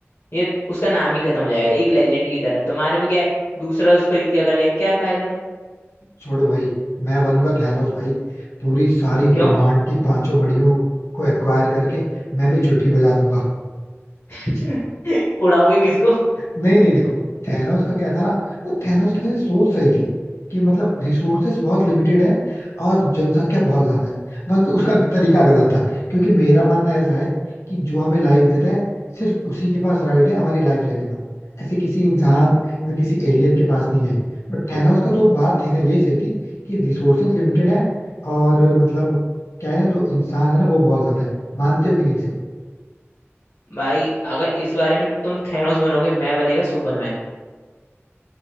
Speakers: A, on the left (about 65°); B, on the left (about 85°).
A: ये उसका नाम ही खत्म हो जाएगा एक लेजेंड की तरह तुम्हारे में क्या है दूसरा उसकी जगह लिया क्या फायदा
B: छोड़ो भाई मैं बनूंगा थैनोस भाई पूरी सारी
A: क्यों
B: ब्रह्मांड की पांचों मड़ियों को एक्वायर करके मैं भी चुटकी बजा दूंगा
A: <laughs> उड़ाओगे किसको
B: नहीं नहीं देखो थैनोस का क्या था ना वो थैनोस की वैसे सोच सही थी कि मतलब रिसोर्सेस बहुत लिमिटेड है और जनसंख्या बहुत ज्यादा है बस उसका तरीका गलत था क्योंकि मेरा मानना ऐसा है कि जो हमें लाइफ देता है सिर्फ उसी के पास राइट है हमारी लाइफ लेने का ऐसे किसी इंसान या किसी एलियन के पास नहीं है बट थैनोस का जो बात थी ना ये सही थी कि रिसोर्सेस लिमिटेड है और मतलब क्या है ना जो इंसान है ना वो बहुत ज्यादा है मानते हो कि नहीं सर
A: भाई अगर इस बारे में तुम थैनोस बनोगे मैं बनेगा सुपरमैन